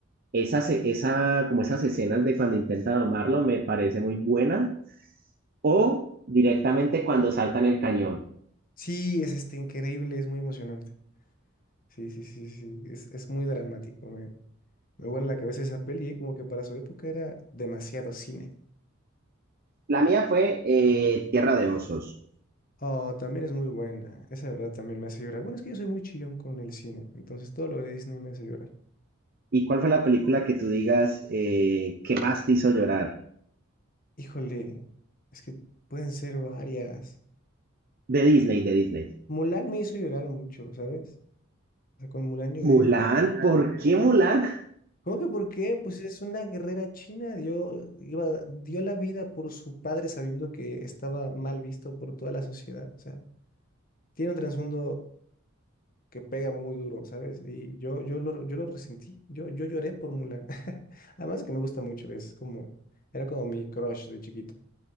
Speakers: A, on the right; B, on the left.
A: Esas, esa, como esas escenas de cuando intenta domarlo me parece muy buena. O directamente cuando saltan el cañón.
B: Sí, es este increíble, es muy emocionante. Sí, sí, sí, sí. sí, Es, es muy dramático. Me, me vuela la cabeza esa peli, eh, Como que para su época era demasiado cine.
A: La mía fue eh, Tierra de Osos.
B: Oh, también es muy buena. Esa de verdad también me hace llorar. Bueno, es que yo soy muy chillón con el cine. Entonces todo lo de Disney me hace llorar.
A: ¿Y cuál fue la película que tú digas eh, que más te hizo llorar?
B: Híjole, es que pueden ser varias.
A: De Disney, de Disney.
B: Mulan me hizo llorar mucho, ¿sabes? O sea, con Mulan lloré.
A: Mulan, ¿por qué Mulan?
B: ¿Cómo que por qué? Pues es una guerrera china. Dio, iba, dio la vida por su padre sabiendo que estaba mal visto por toda la sociedad. O sea, tiene un trasfondo que pega muy duro, ¿sabes? Y yo, yo lo, yo lo resentí, yo, yo lloré por Mulan. <laughs> Además de que me gusta mucho, es como, era como mi crush de chiquito.